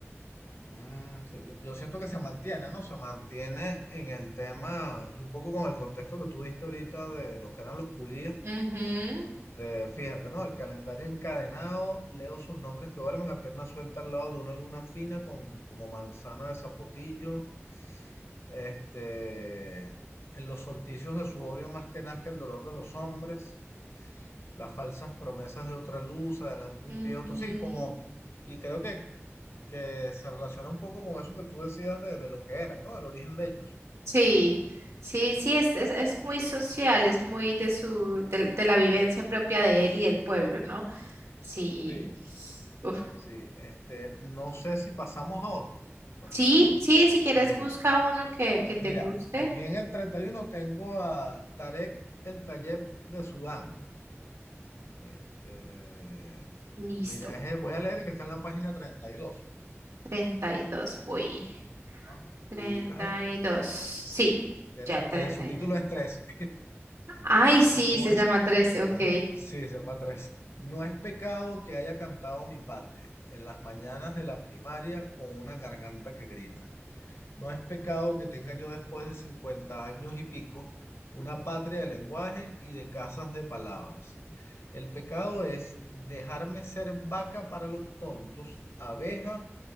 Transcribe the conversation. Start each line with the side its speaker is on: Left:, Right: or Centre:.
Left: Mm, sí, yo, yo siento que se mantiene, ¿no? Se mantiene en el tema y un poco con el contexto que tú diste ahorita de lo que eran los culíes
Right: Ujú,
Left: De, fíjate, ¿no? El calendario encadenado, leo sus nombres que duermen a pierna suelta al lado de una luna fina con, como manzana de zapotillo, este, en los solticios de su odio más tenaz que el dolor de los hombres, las falsas promesas de otra luz, adelante
Right: ujú.
Left: un pie, otro, sí, como, y creo que, que se relaciona un poco con eso que tú decías de, de lo que eran, ¿no? Del origen de ellos.
Right: Sí, sí, sí, es, es, es muy social, es muy de su, del- de, la vivencia propia de él y del pueblo, ¿no? Sí.
Left: Sí,
Right: Uf.
Left: sí, este, no sé si pasamos a otro para,
Right: Sí, sí, si quieres
Left: mira.
Right: busca uno que, que te
Left: Mira,
Right: guste.
Left: aquí en el 31 tengo a Tarek El Tayeb de Sudán. Este,
Right: Listo.
Left: mira, es el- voy a leer que está en la página 32.
Right: treinta y dos, voy.
Left: ¿ah? Lo
Right: treinta
Left: ubicas ahí.
Right: y dos, Sí,
Left: Tiene,
Right: ya 32.
Left: eh, su título es 13.
Right: Ay, sí,
Left: No
Right: se
Left: es
Right: llama
Left: pe-
Right: 13, ok.
Left: Ajá, Sí, se llama 13. No es pecado que haya cantado mi patria en las mañanas de la primaria con una garganta que grita. No es pecado que tenga yo después de 50 años y pico una patria de lenguaje y de casas de palabras. El pecado es dejarme ser vaca para los tontos, abeja